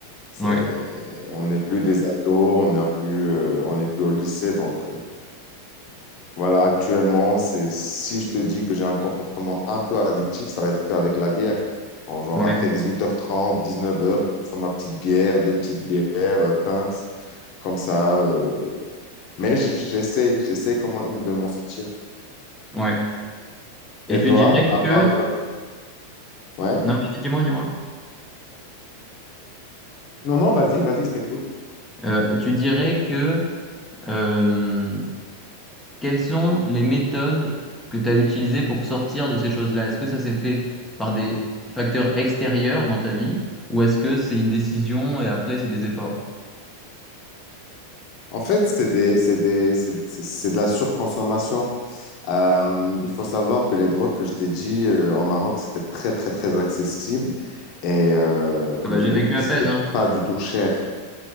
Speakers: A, on the left; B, in the centre.
A: C'est,
B: ouais,
A: on n'est plus des ados, on n'est plus, euh, on n'est plus au lycée, donc. Voilà, actuellement, c'est si je te dis que j'ai un comportement un peu addictif, ça va être qu'avec la bière. En genre
B: ouais,
A: après 18h30, 19h, je me fais ma petite bière, deux petites bières, euh, pinte, comme ça. euh. Mais j- j'essaye, j'essaye quand même de m'en sortir.
B: ouais. Et
A: Et
B: tu
A: toi,
B: dirais
A: à part...
B: que...
A: euh, Ouais?
B: Non, vas-y, dis-moi, dis-moi.
A: Non, non, vas-y, vas-y, je t'écoute.
B: Euh, tu dirais que... euh, quelles sont les méthodes que tu as utilisées pour sortir de ces choses-là? Est-ce que ça s'est fait par des facteurs extérieurs dans ta vie, ou est-ce que c'est une décision et après c'est des efforts?
A: En fait, c'est des, c'est des, c'est c'est- c'est de la surconsommation. Euh, il faut savoir que les drogues que je t'ai dit euh, en Maroc, c'était très, très, très accessible et euh,
B: Ah
A: le-
B: bah j'ai
A: le-
B: vécu à
A: c'était
B: Fès, hein.
A: pas du tout cher.